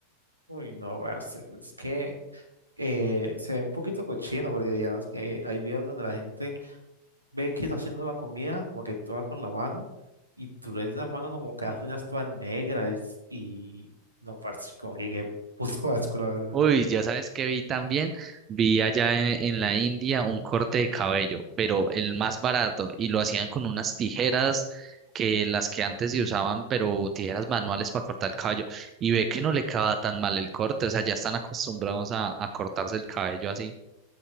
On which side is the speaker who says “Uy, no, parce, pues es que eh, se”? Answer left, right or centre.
Right